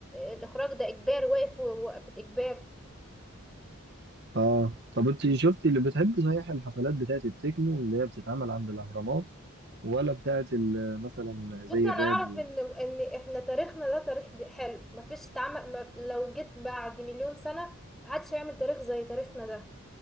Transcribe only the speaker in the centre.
الاخراج ده اجباري واقف وقفة اجباري
بص انا اعرف
ان ان احنا تاريخنا ده تاريخ حلو مفيش تعمل ما لو جيت بعد مليون سنة محدش هيعمل تاريخ زي تاريخنا ده